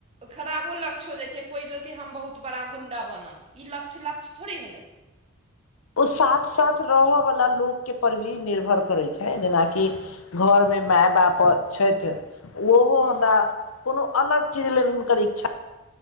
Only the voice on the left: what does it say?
ओ साथ साथ रहय वाला लोक के पर भी निर्भर करै छै जेनाकि कि घरमे माय बाप छथि ओहो
हमरा कोनो अलग चीज लेल हुनकर इच्छा